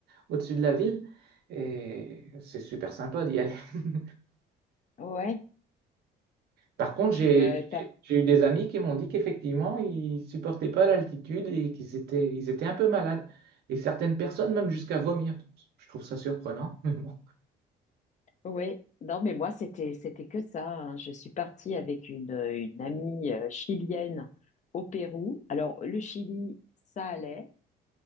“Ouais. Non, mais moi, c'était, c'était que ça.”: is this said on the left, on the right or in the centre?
Left